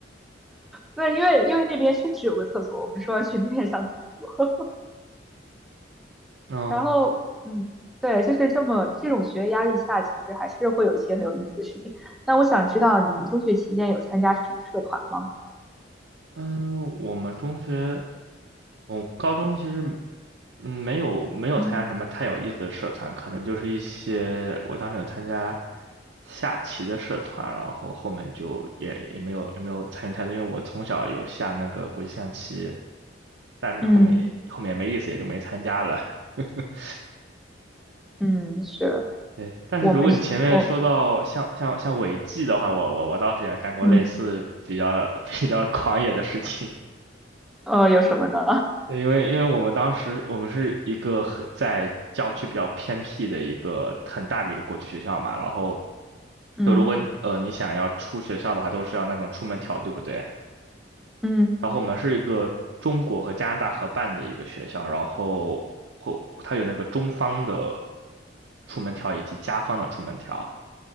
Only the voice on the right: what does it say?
<laughs> 嗯
嗯，我们中学，我高中其实嗯没有没有参加什么太有意思的社团，
可能就是一些我当时有参加下棋的社团，然后后面就也也没有也没有参与太多，因为我从小有下那个国际象棋，但是后面后面也没意思，
也就没参加了。<laughs>
对，但是如果你前面说到像像像违纪的话，
我我我倒是也干过类似比较
<laughs> 比较狂野的事情，
对因为因为我们当时我们是一个很在郊区比较偏僻的一个很大的一个国际学校嘛，然后
就如果你呃你想要出学校的话，都是要那种出门条，对不对？
然后我们是一个中国和加拿大合办的一个学校，然后会它有那个中方的出门条以及加方的出门条。